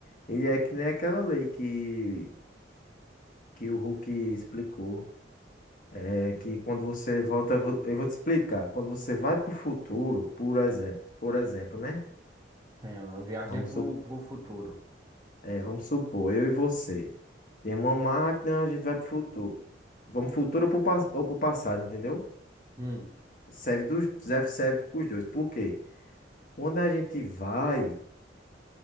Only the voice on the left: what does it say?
E é que nem aquela lei que, que o Hulk explicou. É que quando você volta, eu vou eu vou te explicar. Quando você vai para o futuro, por exemplo, por exemplo, né?
Vamos,
su-
é, vamos supor, eu e você. Temos uma máquina, a gente vai para o futuro. Vamos futuro pro pas- ou para o passado, entendeu?
Serve dos, serve, serve para os dois. Por quê? Quando a gente vai,